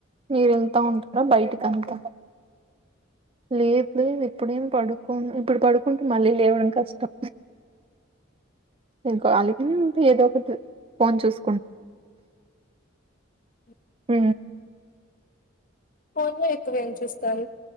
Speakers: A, on the right; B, on the left.
A: మీరెళ్తా ఉంటారా బయటిక్ అంత లేదు లేదు ఇప్పుడేం పడుకోను ఇప్పుడు పడుకుంటే మళ్ళీ లేవడం కష్టం నేన్ కాళీగానే ఉంటే ఏదో ఒకటి ఫోన్ చూస్
B: అ
A: మ్
B: ఫోన్లొ ఇప్పుడేంచేస్తారు